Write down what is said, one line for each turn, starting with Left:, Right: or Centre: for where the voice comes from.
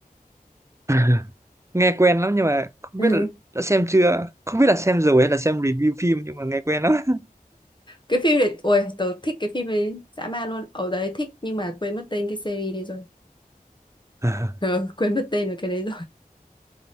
Right: à, <laughs> Nghe quen lắm nhưng mà không
Left: Ừ,
Right: biết là đã xem chưa, không biết là xem rồi hay là xem review phim nhưng mà nghe quen lắm. <laughs>
Left: cái phim này, ôi, tớ thích cái phim ấy dã man luôn. Ở đấy thích nhưng mà quên mất tên cái series đi rồi.
Right: À,
Left: Ờ, quên mất tên rồi cái đấy